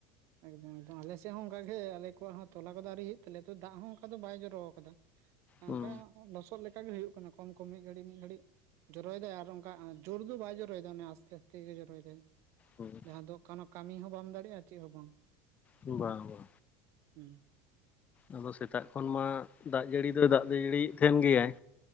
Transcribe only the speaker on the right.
<unintelligible> ᱦᱮᱸ, ᱱᱤᱛᱚᱝ ᱟᱞᱮ ᱥᱮᱫ ᱦᱚᱸ ᱚᱝᱠᱟᱜᱮ᱾ ᱟᱞᱮ ᱠᱚᱣᱟᱜ ᱦᱚᱸ ᱛᱚᱞᱟ ᱠᱚᱫᱚ ᱟᱹᱣᱨᱤ ᱦᱩᱭᱩᱜ ᱛᱟᱞᱮᱭᱟ᱾ ᱛᱚ, ᱫᱟᱜ ᱦᱚᱸ ᱚᱝᱠᱟ ᱫᱚ ᱵᱟᱭ ᱡᱚᱨᱚ ᱟᱠᱟᱫᱟ᱾
ᱚᱝᱠᱟ ᱞᱚᱥᱚᱫ ᱞᱮᱠᱟᱜᱮ ᱦᱩᱭᱩᱜ ᱠᱟᱱᱟ ᱠᱚᱢ ᱠᱚᱢ ᱢᱤᱫ ᱜᱷᱟᱹᱲᱤᱡ ᱢᱤᱫ ᱜᱷᱟᱹᱲᱤᱡ᱾ ᱡᱚᱨᱚᱭᱮᱫᱟᱭ ᱟᱨ ᱚᱝᱠᱟ ᱡᱳᱨ ᱫᱚ ᱵᱟᱭ ᱡᱚᱨᱚᱭᱮᱫᱟᱭ ᱚᱱᱮ ᱟᱥᱛᱮ ᱟᱥᱛᱮ ᱜᱮ ᱡᱚᱨᱚᱭᱮᱫᱟᱭ᱾
ᱡᱟᱦᱟᱸ ᱫᱚ ᱠᱚᱱᱳ ᱠᱟᱹᱢᱤ ᱦᱚᱸ ᱵᱟᱢ ᱫᱟᱲᱮᱭᱟᱜ-ᱟ ᱪᱮᱫ ᱦᱚᱸ ᱵᱟᱝ᱾
ᱦᱩᱸ᱾